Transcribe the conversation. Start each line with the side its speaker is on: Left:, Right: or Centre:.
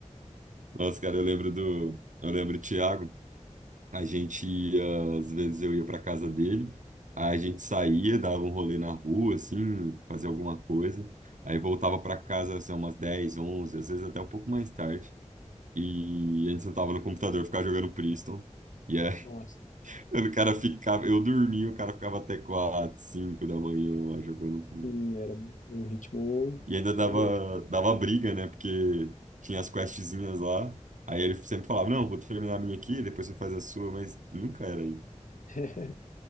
Right: Nossa, cara, eu lembro do... Eu lembro do Thiago. A gente ia, às vezes eu ia para casa dele, aí a gente saía, dava um rolê na rua, assim, fazia alguma coisa, aí voltava para casa, assim, umas 10 11 às vezes até um pouco mais tarde, e a gente sentava no computador, ficava jogando Priston, e aí <laughs>
Left: Nossa,
Right: o cara ficava, eu dormia, o cara ficava até 4 5 da manhã lá jogando Priston.
Left: sim, era um ritmo
Right: E ainda dava,
Left: frenético.
Right: dava briga, né, porque tinha as questzinhas lá, aí ele sempre falava, não, vou terminar a minha aqui, depois você faz a sua, mas nunca era isso.
Left: <laughs>